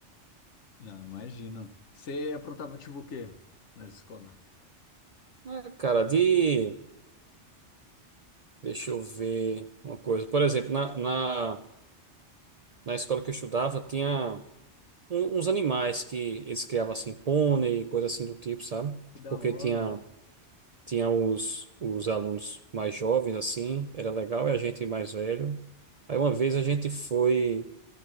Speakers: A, on the left; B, on the right.
A: Não, imagino. Você aprontava tipo o quê na escola?
B: Ah, cara, de, deixa eu ver uma coisa, por exemplo, na, na, na escola que eu estudava, tinha um- uns animais que eles criavam, assim, pônei, coisa assim do tipo, sabe?
A: Que da
B: Porque
A: hora.
B: tinha Tinha os, os alunos mais jovens, assim, era legal, e a gente
A: Uhum.
B: mais velho. Aí uma vez a gente foi,